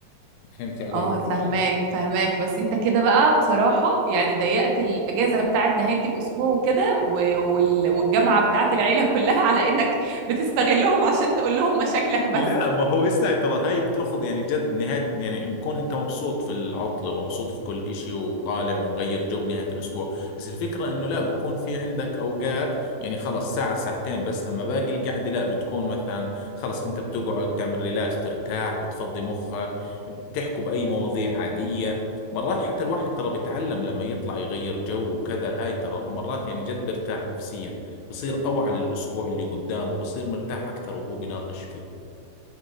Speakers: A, on the left (about 75°); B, on the right (about 75°).
A: فهمتي علي
B: اه
A: الفكره
B: فهماك فهماك بس انت كده بقى بصراحة يعني ضيقت الأجازة بتاعت نهاية الأسبوع وكده و- وال- والجامعة بتاعت العيلة كلها على إنك بتستغلهم عشان تقول لهم مشاكلك بس
A: لا ما هو اسمع ترى هاي بتاخذ يعني جد نهاية يعني بكون انت مبسوط في العطلة ومبسوط في كل اشي وطالع ومغير جو بنهاية الاسبوع بس الفكرة انه لا بكون في عندك اوقات يعني خلص ساعة ساعتين بس اما باقي القعدة لا بتكون مثلا خلص انت بتقعد تعمل ريلاكس ترتاح بتفضي مخك بتحكوا بأي مواضيع عادية مرات حتى الواحد ترى بيتعلم لما يطلع يغير جو وكذا هاي ترى مرات يعني جد بيرتاح نفسيا بصير أوعى للأسبوع اللي قدامه بصير مرتاح أكثر وهو بيناقش فيه